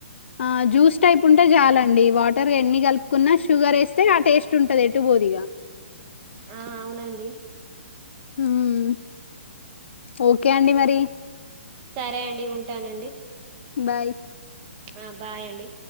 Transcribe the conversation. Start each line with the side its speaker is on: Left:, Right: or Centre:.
Left: ఆ జ్యూస్ టైప్ ఉంటే చాలండి వాటర్ ఎన్ని కలుపుకున్నా షుగర్ వేస్తే ఆ టేస్ట్ చుత్తున్నట్టు ఉంటాదిఎటు బోదిగా
Right: ఆ అవునండి
Left: హ్మ్ ఓకే అండి మరి
Right: సరే అండి ఉంటానండి
Left: బాయ్
Right: ఆ బాయ్ అండి